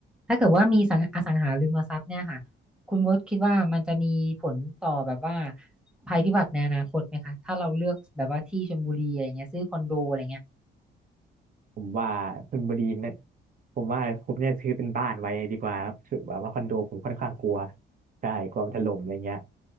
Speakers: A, in the centre; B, on the right.
A: ถ้าเกิดว่ามีสังอสังหาริมทรัพย์เนี่ยค่ะคุณโบ๊ทคิดว่ามันจะมีผลต่อแบบว่าภัยพิบัติในอนาคตไหมคะถ้าเราเลือกแบบว่าที่ชลบุรีอะไรเงี้ยซื้อคอนโดอะไรเงี้ย
B: ผมว่าชลบุรีเนะผมว่าผมเนี่ยซื้อเป็นบ้านไว้ดีกว่าครับคือแบบว่าคอนโดผมค่อนข้างกลัวใช่กลัวมันถล่มอะไรเงี้ย